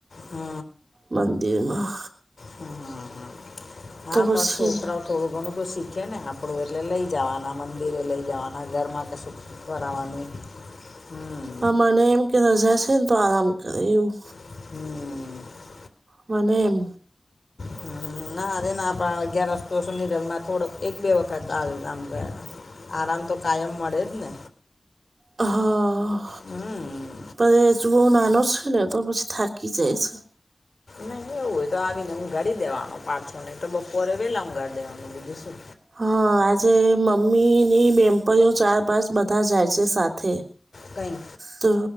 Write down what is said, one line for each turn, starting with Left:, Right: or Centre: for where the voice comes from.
Left: હમ
Right: મંદિરમાં
Left: હમ, હ,
Right: તો
Left: હા,
Right: પછી
Left: પણ છું ઉતરાઠ થોડું ઘણું તોું શીખે ને આપણું એટલે લઈ જવાના મંદિરે લઈ જવાના, ઘરમાં કશું કરાવાનું, હમ
Right: પણ મને એમ કે રજા છેને તો આરામ કરેવું એવું
Left: હમ
Right: મને એમ
Left: હમ ના અરે આપણા અગિયાર વસ્તુ સુરલમાં થોડોક એક બે વખત આવ્યુંામ ગયા આરામ તો કાયમ મળે જ ને
Right: હા
Left: હમ
Right: એજ બહુ નાનો છે ને તો પછી થાકી જાય છે
Left: ને એવું હોય તો આવી ને ઊગાડી દેવાનો પાછો ને તો બપોરે વેલા હું ઊંગાડી દેવાનું બીજું શું
Right: હા, આજે મમ્મીની બહેનપણીઓ ચાર, પાંચ બધા જાય છે સાથે
Left: કઈ
Right: તો